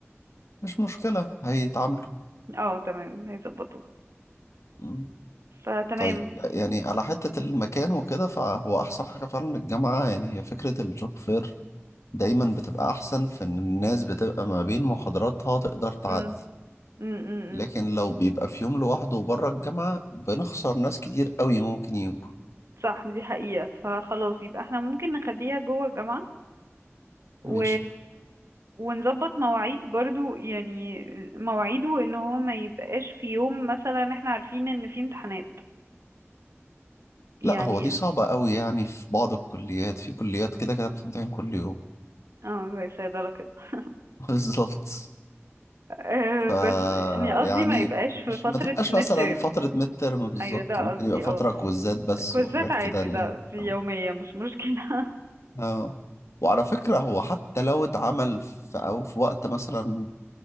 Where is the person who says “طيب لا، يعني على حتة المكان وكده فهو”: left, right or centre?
Left